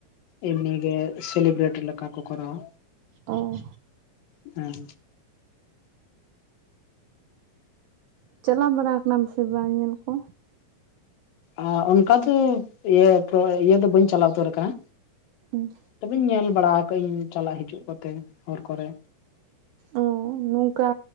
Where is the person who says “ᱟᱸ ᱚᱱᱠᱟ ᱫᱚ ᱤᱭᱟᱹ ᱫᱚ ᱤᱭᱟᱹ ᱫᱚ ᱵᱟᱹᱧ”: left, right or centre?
Left